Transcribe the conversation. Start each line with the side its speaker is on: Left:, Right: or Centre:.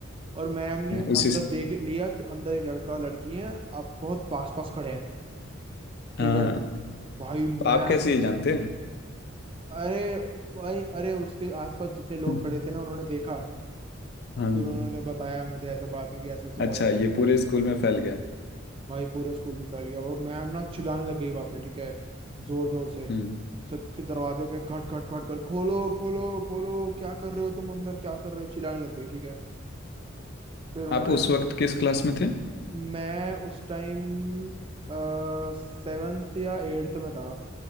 Right: और मैम ने
Left: उसी
Right: अंदर
Left: से
Right: देख लिया कि अंदर एक लड़का और लड़की है आप बहुत पास पास खड़े हैं ठीक
Left: हाँ
Right: है
Left: हाँ।
Right: भाई मैम
Left: तो आप कैसे ये जानते हैं
Right: अरे भाई अरे उसके आसपास जितने लोग
Left: <laughs>
Right: खड़े थे ना उन्होंने देखा
Left: हाँ
Right: फिर उन्होंने बताया मुझे ऐसा बाद में कि ऐसा ऐसा हुआ
Left: अच्छा
Right: है करके
Left: ये पूरे स्कूल में फैल गया
Right: भाई पूरे स्कूल में फैल गया और मैम ना चिल्लाने लग गई वहां पे ठीक है जोर जोर से
Left: हम्म
Right: सबके दरवाजे पे खट खट खट कर खोलो खोलो खोलो क्या कर रहे हो तुम अंदर क्या कर रहे हो चिल्लाने लग गई ठीक है फिर उन्होंने
Left: आप उस वक्त किस क्लास में थे
Right: मैं उस टाइम सेवेंथ या एट्थ में था